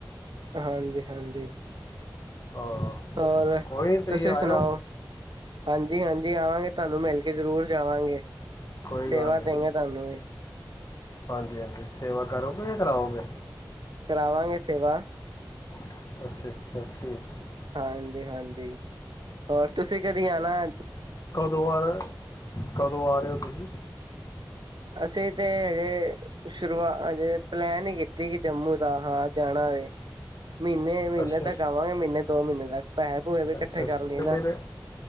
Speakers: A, on the right; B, on the left.
A: ਹਾਂਜੀ ਹਾਂਜੀ।
B: ਹਾਂ
A: ਹੋਰ,
B: ਕੋਈ ਨਹੀਂ
A: ਤੁਸੀਂ
B: ਆਇਓ
A: ਸੁਣਾਓ। ਹਾਂਜੀ -ਹਾਂਜੀ ਆਵਾਂਗੇ, ਤੁਹਾਨੂੰ ਮਿਲ ਕੇ ਜ਼ਰੂਰ ਜਾਵਾਂਗੇ,
B: ਕੋਈ
A: ਸੇਵਾ
B: ਗੱਲ ਨਹੀਂ
A: ਦੇੰਗੇ ਤੁਹਾਨੂੰ ਵੀ।
B: ਹਾਂਜੀ- ਹਾਂਜੀ ਸੇਵਾ ਕਰੋਗੇ, ਜਾਂ ਕਰਾਉਗੇ?
A: ਕਰਾਵਾਂਗੇ ਸੇਵਾ।
B: ਅੱਛਾ- ਅੱਛਾ ਠੀਕ। ਠੀਕ।
A: ਹਾਂਜੀ- ਹਾਂਜੀ, ਹੋਰ ਤੁਸੀਂ ਕਦੀ ਜਾਣਾ?
B: ਕਦੋਂ ਆ ਰਹੇ, ਕਦੋਂ ਆ ਰਹੇ ਹੋ ਤੁਸੀਂ?
A: ਅਸੀਂ ਤੇ ਹਜੇ ਸ਼ੁਰੂਆਤ ਹਜੇ ਪਲੈਨ ਹੀ ਕੀਤੀ ਸੀ, ਜੰਮੂ ਦਾ ਹਾਂ ਜਾਣਾ ਵ ਮਹੀਨੇ ਮਹੀਨੇ
B: ਅੱਛਾ
A: ਤੱਕ ਆਵਾਂਗੇ, ਮਹੀਨੇ ਦੋ ਮਹੀਨੇ ਤੱਕ। ਪੈਹੇ ਪੂਹੇ ਵੀ ਇਕੱਠੇ
B: ਅੱਛਾ-
A: ਕਰ
B: ਅੱਛਾ
A: ਲਈਏ
B: ਤੇ
A: ਨਾ
B: ਮੇਰੇ